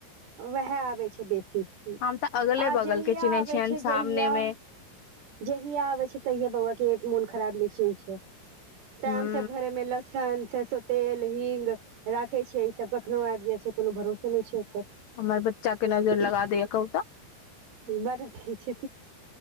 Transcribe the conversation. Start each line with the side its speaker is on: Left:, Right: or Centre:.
Right: वएह आबै छै बेसी। आ
Left: हम तऽ अगले बगल
Right: जहिय
Left: के चिन्है
Right: आबै
Left: छियनि
Right: छै,
Left: सामने
Right: जहिया
Left: मे
Right: जहिया आबे छै, तहिया बौआ के मोन खराब निश्चित छै, तै
Left: हूं
Right: हम सब घरे मे लह सन, सरसो तेल, हिंग राखे छिअई, सब कखनो आब जे छै, कोनो भरोसे नहि छै ओकर
Left: हमर बच्चा के नजर लगा दैया कहू तऽ
Right: बड़ अथी छै,